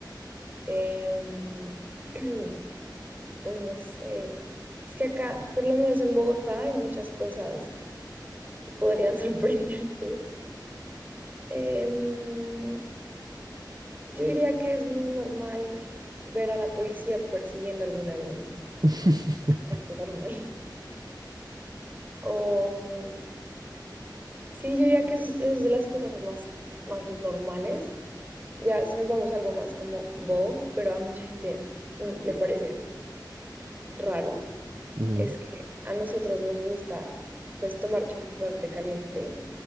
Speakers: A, on the right; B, on the right.
A: Em, <clears throat> uy, no sé. Es que acá, por lo menos en Bogotá, hay muchas cosas que podrían <laughs> sorprenderte. Em, yo diría que es muy normal ver a la policía persiguiendo a algún ladrón.
B: <laughs>
A: Algo Normal. <laughs> O sí, yo diría que eso, es eso es de las cosas más, más normales. Ya si nos vamos a algo más como bobo, pero a mucha gente mm, le parece raro
B: Ujú.
A: es
B: <laughs>
A: que a nosotros nos gusta pues tomar chocolate caliente